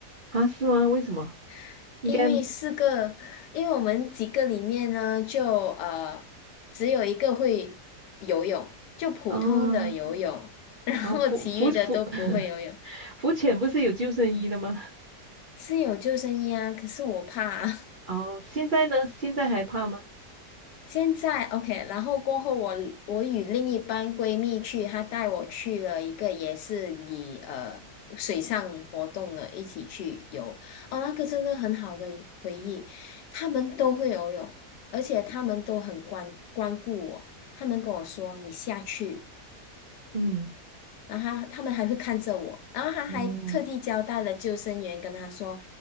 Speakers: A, on the right; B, on the left.
A: 啊，是吗？为什么？
B: <laughs>
A: 应该
B: 因为四个，因为我们几个里面呢，就呃只有一个会游泳，就普通的游泳，
A: 啊，
B: <laughs> 然后其余的都不会游泳，
A: 啊浮浮浮 <laughs> 浮潜不是有救生衣的吗？
B: 是有救生衣啊，可是我怕啊
A: 哦，现在呢？现在还怕吗？
B: 现在 OK，然后过后我我与另一班闺蜜去，她带我去了一个也是以呃水上活动的一起去游，哦，那个真的很好的一回忆，他们都会游泳，而且他们都很关关顾我，他们跟我说你下去，
A: 嗯
B: 然后他他们还会看着我，然后他还特地交代了救生员跟他说，
A: 嗯，